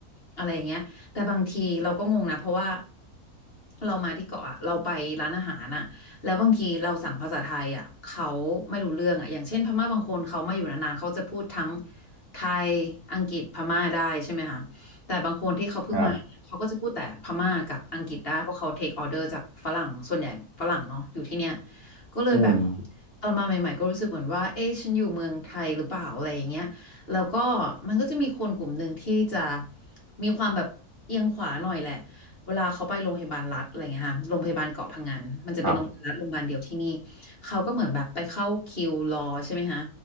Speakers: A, on the left; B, on the right.
A: อะไรเงี้ยแต่บางทีเราก็งงนะเพราะว่าเรามาที่เกาะอะเราไปร้านอาหารอะแล้วบางทีเราสั่งภาษาไทยอะเขาไม่รู้เรื่องอะอย่างเช่นพม่าบางคนเขามาอยู่นานๆเขาจะพูดทั้งไทยอังกฤษพม่าได้ใช่ไหมคะ แต่บางคนที่เขาเพิ่งมาเนี่ยเขาก็จะพูดแต่พม่ากับอังกฤษได้เพราะเขาเทคออเดอร์จากฝรั่งส่วนใหญ่ฝรั่งเนาะอยู่ที่เนี่ย
B: ครับ
A: ก็เลยแบบ
B: อืม
A: ตอนมาใหม่ๆก็รู้สึกเหมือนว่าเอ๊ะฉันอยู่เมืองไทยหรือเปล่าอะไรอย่างเงี้ยแล้วก็มันก็จะมีคนกลุ่มหนึ่งที่จะมีความแบบเอียงขวาหน่อยแหละเวลาเขาไปโรงพยาบาลรัฐอะไรเงี้ยค่ะโรงพยาบาลเกาะพะงันมันจะเป็นโรงพยาบาลรัฐโรงพยาบาลเดียวที่นี่
B: ครับ
A: เขาก็เหมือนแบบไปเข้าคิวรอใช่ไหมคะ